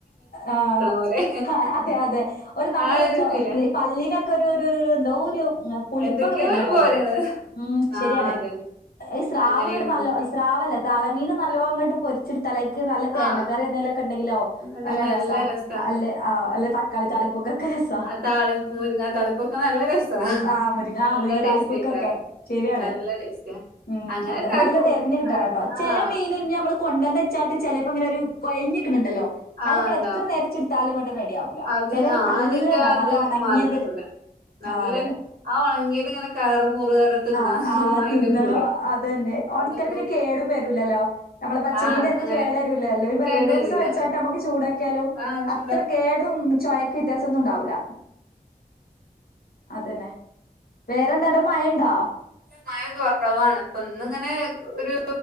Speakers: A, on the left; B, on the right.
A: ആഹ്
B: പോലെ
A: ആഹ് അതെ അതെ ഒരു നമ്മളെ
B: ആ ഒരു ഫീലാ
A: പല്ലിനൊക്കെ ഒരു ഒരു ഒരു എന്തോ ഒരു പുളിപ്പൊക്കെ
B: എന്തൊക്കെയോ
A: വര
B: ഒരു പോലെയാണ്
A: ഉം ശരിയാണ്
B: ആഹ് അതന്നെ
A: സ്രാവ്കട്ടല്ലോ
B: അങ്ങനെയാണ് എനിക്ക്
A: സ്രാവല്ല തലമീൻ നല്ലോണം അങ്ങോട്ട് പൊരിച്ചിടു തലേക്ക് നല്ല തേങ്ങ
B: ആഹ്
A: വേറെന്തെലൊക്കെണ്ടെങ്കിലോ
B: അല്ലെങ്കി
A: നല്ല രസ.
B: രസാ
A: അല്ലെ ആ അല്ലെ തക്കാളി താളിപ്പൊക്കൊക്കെ രസാ.
B: ആതാളിപ്പ് മുരിങ്ങാ താളിപ്പൊക്കെ നല്ല രസമാണ്
A: ആ മുരിങ്ങ ആ
B: നല്ല
A: മുരിങ്ങ
B: ടേസ്റ്റി
A: താളിപ്പൊക്കൊക്കെ
B: ആയിക്കറാണ്
A: ശരിയാണ്
B: നല്ല ടേസ്റ്റാ.
A: ഉം അതെ
B: ഇണ്ടാക്കും
A: നല്ല നിരഞ്ഞു കിട്ടാന
B: അത്
A: കേട്ടോ ചില
B: ആഹ്
A: ഇ നമ്മള് കൊണ്ടുവ വെച്ചാട്ട് ചിലപ്പോ ഇങ്ങനെ ഒരു കൊഴഞ്ഞിട്ടുന്നുണ്ടല്ലോ
B: ആഹ്
A: അത് നമ്മൾ
B: ഇണ്ടാവും
A: എത്ര നേരച്ചെടു ത്താലും വട്ടും റെഡി ആവൂല
B: അത്
A: ചിലത്
B: ആഹ്
A: നല്ല
B: അതിന്റെ
A: ഉണ്ടാവും
B: ആ ഇത്
A: നല്ലോ ഉണങ്ങിയത്
B: മാറിക്കിട്ടൂല നല്ല
A: ആഹ് അതന്നെ
B: ആ ഒണങ്ങിയത് ഇങ്ങനെ കയറ് മുറ് പറഞ്ഞ് തിന്നാ
A: ആഹ് അഹ്
B: അയിന്റെ
A: തിന്നടോ
B: കൂടെ
A: അതന്നെ ഓണിക്കൽ
B: അപ്പൊ എന്തോ
A: പിന്നെ കേടും വരുല്ലല്ലോ നമ്മളെ പച്ചമീൻന്റെ
B: ആഹ്
A: അക്കകേട
B: അങ്ങനെ
A: വരുല്ലല്ലോ എല്ലാരും പറ
B: കേട്
A: ദിവസ
B: വരൂല
A: വെച്ചട്ട് നക്ക് ചൂടാക്കിയാലും
B: ആഹ് ചൂടാ
A: അത്ര ചോയക്ക് വ്യത്യാസം ഒന്നും ഉണ്ടാവൂല്ല അതന്നെ വേറെന്താടെ മഴണ്ടാ
B: മയ കുറവാണ് അപ്പൊ ഒന്നിങ്ങനെ ഒരു